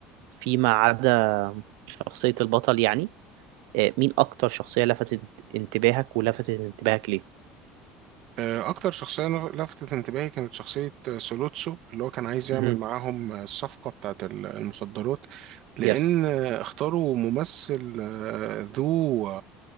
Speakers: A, on the right; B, on the right.
A: فيما عدا شخصية البطل يعني آه، مين اكتر شخصية لفتت انتباهك ولفتت انتباهك ليه
B: آه، أكتر شخصية لفتت انتباهي كانت شخصية آه، سولوتسو اللي هو كان عايز يعمل
A: امم
B: معاهم آه، الصفقة بتاعت ال- المخدرات لأن
A: يس
B: آه، اختاروا ممثل آه، ذو